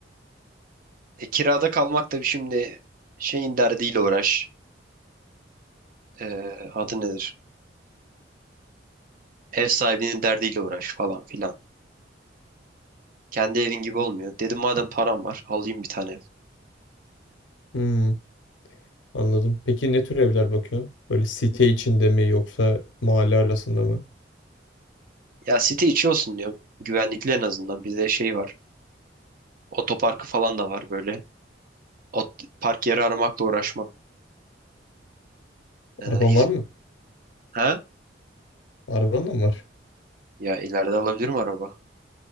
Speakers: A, on the right; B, on the left.
A: E, kirada kalmak da şimdi şeyin derdiyle uğraş. Ee, adı nedir? Ev sahibinin derdiyle uğraş falan filan. Kendi evin gibi olmuyor. Dedim madem param var alayım bir tane ev.
B: Hmm, anladım. Peki ne tür evler bakıyorsun? Böyle site içinde mi yoksa mahalle arasında mı?
A: Ya site içi olsun diyorum. Güvenlikli en azından. Bir de şey var. Otoparkı falan da var böyle. Ot park yeri aramakla uğraşmam. Ee,
B: Araban
A: hiz-
B: var mı?
A: ha?
B: Araban da mı var?
A: Ya ileride alabilirim araba.